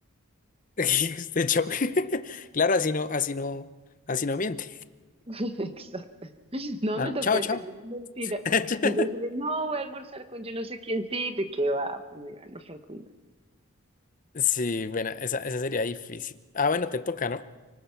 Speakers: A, on the left; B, on the right.
A: <laughs> Este show. <laughs> Claro, así no, así no, así no miente.
B: <laughs> Exacto. No,
A: Ah,
B: me tocó
A: chao,
B: decirle
A: chao.
B: una mentira.
A: <laughs>
B: Me tocó decirle, no, voy a almorzar con yo no sé quién sí, ¿de qué va? Pues me iba a almorzar con
A: Sí, bueno, esa, esa sería difícil. Ah, bueno, te toca, ¿no?